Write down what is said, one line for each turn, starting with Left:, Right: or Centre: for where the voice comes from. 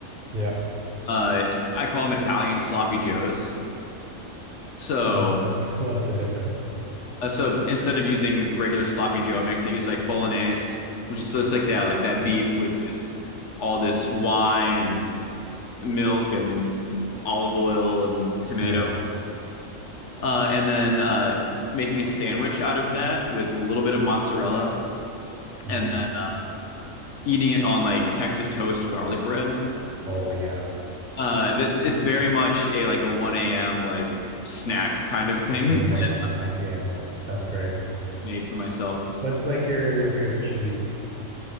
Right: Yeah.
Left: Uh, I call them Italian Sloppy Joes. So
Right: So what's <laughs> what's the difference?
Left: Uh, so instead of using regular sloppy Joe mix, I use like bolognese, which is so it's like that, like that beef with just all this wine and milk and olive oil and tomato.
Right: Nice.
Left: uh, and then uh, making a sandwich out of that with a little bit of mozzarella
Right: Mm.
Left: and then eating it on like Texas toast garlic bread.
Right: Oh yeah.
Left: Uh, it's very much a like a 1 a.m. like snack kind of thing
Right: Midnight
Left: <laughs> I
Right: snack, yeah. Sounds great.
Left: made for myself.
Right: What's like your your favorite cheese?